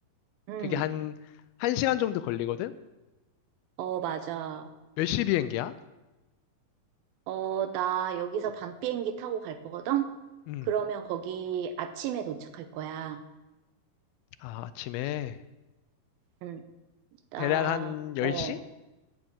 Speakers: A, on the right (about 75°); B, on the left (about 80°).
A: 응.
B: 그게 한, 한 시간 정도 걸리거든?
A: 어, 맞아.
B: 몇 시 비행기야?
A: 어, 나 여기서 밤 비행기 타고 갈 거거든?
B: 음.
A: 그러면 거기 아침에 도착할 거야.
B: 아, 아침에.
A: 응, 나,
B: 대략 한 10시?
A: 어,